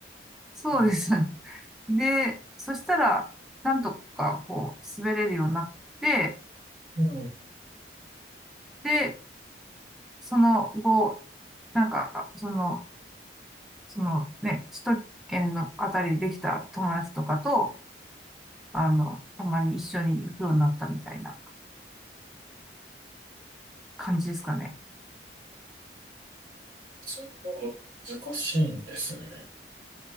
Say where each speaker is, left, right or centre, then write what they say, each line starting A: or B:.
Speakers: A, in the centre; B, on the right.
A: そうです。
B: うん。
A: で、そしたら、なんとか、こう、滑れるようになって、
B: うん
A: で、その後、なんか、その、そのね、首都圏のあたりでできた友達とかと、あの、たまに一緒に行くようになったみたいな感じですかね。
B: スノーボード難しいんですね。